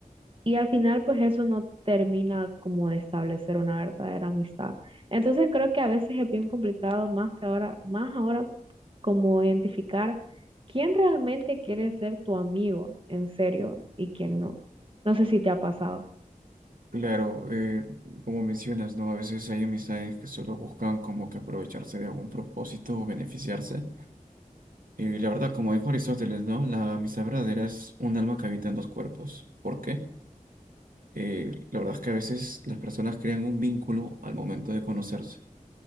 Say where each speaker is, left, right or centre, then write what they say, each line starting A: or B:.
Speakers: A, on the right (about 40°); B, on the right (about 75°).
A: y al final, pues eso no termina como de establecer una verdadera amistad. Entonces creo que a veces es bien complicado, más que ahora, más ahora, como identificar quién realmente quiere ser tu amigo en serio y quién no. No sé si te ha pasado.
B: claro, eh, como mencionas, ¿no? A veces hay amistades que solo buscan como que aprovecharse de algún propósito o beneficiarse. Y la verdad, como dijo Aristóteles, ¿no? La amistad verdadera es un alma que habita en dos cuerpos. ¿Por qué? Eh, la verdad es que a veces las personas crean un vínculo al momento de conocerse.